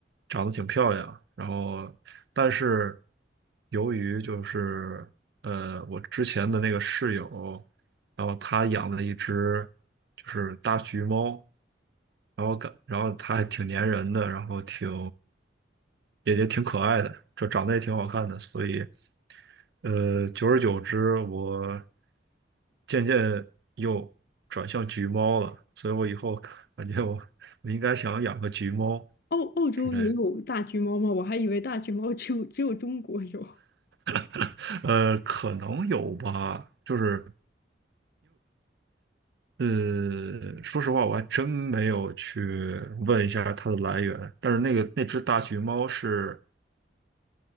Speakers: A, on the right; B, on the left.
A: 长得挺漂亮。然后，但是由于就是呃，我之前的那个室友。然后他养了一只就是大橘猫，然后感然后它还挺粘人的，然后挺也也挺可爱的，就长得也挺好看的，所以呃，久而久之，我渐渐又转向橘猫了，所以我以后感觉我我应该想养个橘猫
B: 澳澳洲也有大橘猫吗？
A: 之类的，
B: 我还以为大橘猫只有只有中国有，
A: <laughs> 呃，可能有吧，就是。呃，说实话，我还真没有去问一下它的来源。但是那个那只大橘猫是，